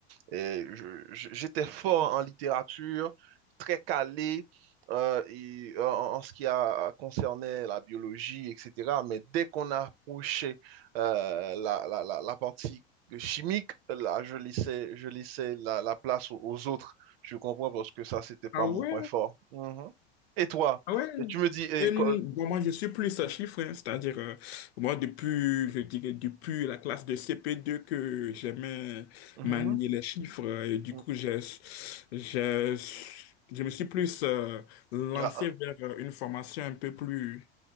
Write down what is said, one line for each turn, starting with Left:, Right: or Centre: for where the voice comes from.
Right: Et je- je- j'étais fort en littérature, très calé euh, et, euh, en, en ce qui a concerné la biologie, etc. Mais dès qu'on approchait euh, la, la, la, la partie chimique, là, je laissais, je laissais la, la place aux, aux autres. Je comprends parce que ça, c'était pas
Left: Ah ouais.
Right: mon point fort. Mhm. Et toi,
Left: Ah ouais.
Right: Et tu me dis, et,
Left: Euh,
Right: co-
Left: bon, moi, je suis plus à chiffres, hein. c'est-à-dire, euh, moi, depuis, je dirais, depuis la classe de CP2 que j'aimais
Right: Mhm,
Left: manier les chiffres, euh, et du
Right: mhm.
Left: coup, j'ai, j'ai- je me suis plus euh, lancé
Right: Ah, ah,
Left: vers euh, une formation un peu plus